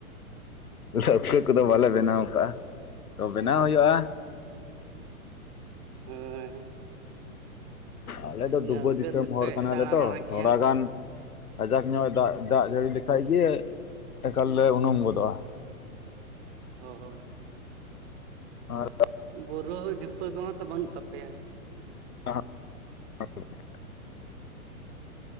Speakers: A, on the left; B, on the right.
A: ᱞᱟᱹᱣᱠᱟᱹ ᱠᱚᱫᱚ ᱵᱟᱞᱮ ᱵᱮᱱᱟᱣ ᱠᱟᱜᱼᱟ ᱛᱚ ᱵᱮᱱᱟᱣ ᱦᱩᱭᱩᱜᱼᱟ
B: ᱦᱳᱭ
A: ᱟᱞᱮ ᱫᱚ
B: ᱱᱟᱹᱣᱠᱟᱹ
A: ᱰᱩᱵᱟᱹ ᱫᱤᱥᱚᱢ
B: ᱛᱮᱯᱮ
A: ᱦᱚᱲ ᱠᱟᱱᱟᱞᱮ
B: ᱫᱟᱬᱟ
A: ᱛᱚ
B: ᱵᱟᱲᱟ ᱠᱮᱭᱟ
A: ᱛᱷᱚᱲᱟ ᱜᱟᱱ ᱠᱟᱡᱟᱠ ᱧᱚᱜ ᱫᱟᱜᱽ ᱫᱟᱜᱽ ᱡᱟᱹᱲᱤ ᱞᱮᱠᱟᱡ ᱜᱤ ᱮᱠᱟᱞ ᱞᱮ ᱩᱱᱩᱢ ᱜᱚᱫᱚᱜᱼᱟ
B: ᱦᱳᱭ
A: ᱟᱨ
B: ᱵᱩᱨᱩ ᱫᱷᱤᱯᱟᱹ ᱠᱚᱦᱚᱸ ᱛᱚ ᱵᱟᱹᱱᱩᱜ ᱛᱟᱯᱮᱭᱟ
A: ᱚᱸᱦᱚᱸᱜ <inaudible>